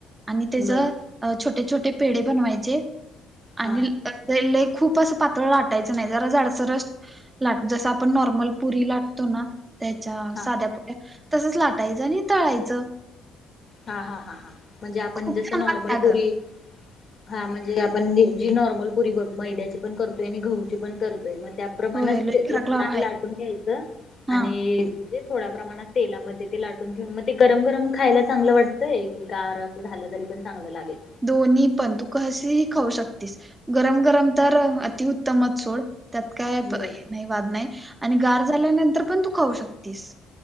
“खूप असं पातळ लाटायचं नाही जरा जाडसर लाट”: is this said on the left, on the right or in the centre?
Right